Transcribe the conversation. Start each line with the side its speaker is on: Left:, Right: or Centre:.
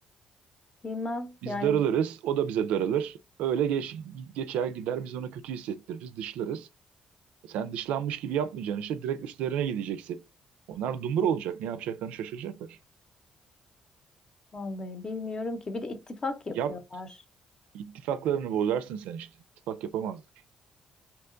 Left: Bilmem
Right: Biz
Left: yani
Right: darılırız, o da bize darılır. Öyle geç, geçer gider biz ona kötü hissettiririz, dışlarız. E Sen dışlanmış gibi yapmayacaksın işte direkt üstlerine gideceksin. Onlar dumur olacak, ne yapacaklarını şaşıracaklar.
Left: vallahi bilmiyorum ki. Bir de ittifak yapıyorlar.
Right: Yap, ittifaklarını bozarsın sen işte. İttifak yapamazlar.